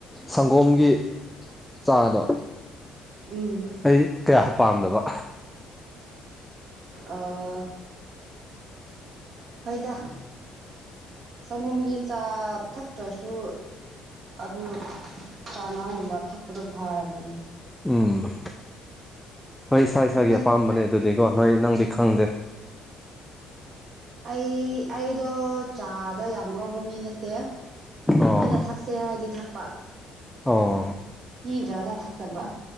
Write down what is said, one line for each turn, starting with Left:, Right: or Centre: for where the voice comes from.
Centre: ꯁꯪꯒꯣꯝꯒꯤ ꯆꯥꯗꯣ
Right: ꯎꯝ
Centre: ꯑꯩ ꯀꯌꯥ ꯄꯥꯝꯗꯕ
Right: ꯑꫭ ꯍꯣꯏꯗ ꯁꯪꯒꯣꯝꯒꯤ ꯆꯥ ꯊꯛꯇ꯭ꯔꯁꯨ ꯑꯗꯨ ꯆꯥꯉꯥꯡꯒꯨꯝꯕ ꯊꯛꯄꯗꯣ ꯐꯔꯕꯅꯦ
Centre: ꯎꯝ ꯍꯣꯏ ꯏꯁꯥ ꯏꯁꯥꯒꯤ
Right: ꯑꯩꯈꯣꯏ
Centre: ꯑꯄꯥꯝꯕꯅꯦ ꯑꯗꯨꯗꯤꯀꯣ ꯅꯣꯏ ꯅꯪꯗꯤ ꯈꯪꯗꯦ
Right: ꯑꯩ ꯑꯩꯗꯣ ꯆꯥꯗ ꯌꯥꯝ ꯉꯥꯎꯕ ꯃꯤ ꯅꯠꯇꯦ
Centre: ꯑꯣ
Right: ꯃꯤꯅ ꯊꯛꯁꯦ ꯍꯥꯏꯗꯤ ꯊꯛꯄ
Centre: ꯑꯣ
Right: ꯄꯤꯗ꯭ꯔꯒꯅ ꯊꯛꯇꯕ